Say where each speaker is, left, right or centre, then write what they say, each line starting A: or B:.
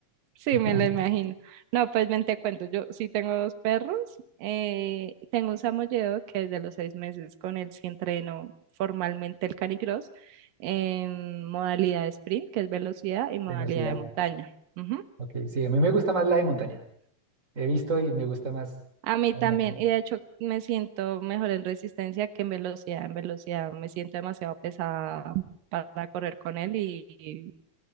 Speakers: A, on the right (about 85°); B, on the right (about 20°).
A: Sí,
B: <laughs>
A: me lo imagino. No, pues ven, te cuento. Yo sí tengo dos perros. eh, tengo un samoyedo que desde los seis meses con él sí entreno formalmente el canicross en modalidad de sprint, que es velocidad, y modalidad
B: Velocidad,
A: de montaña. Ujú.
B: ok, sí, a mí me gusta más la de montaña,
A: Entonces,
B: he visto y me gusta más
A: A mí
B: la
A: también,
B: de montaña.
A: y de hecho me siento mejor en resistencia que en velocidad. En velocidad me siento demasiado pesada para correr con él y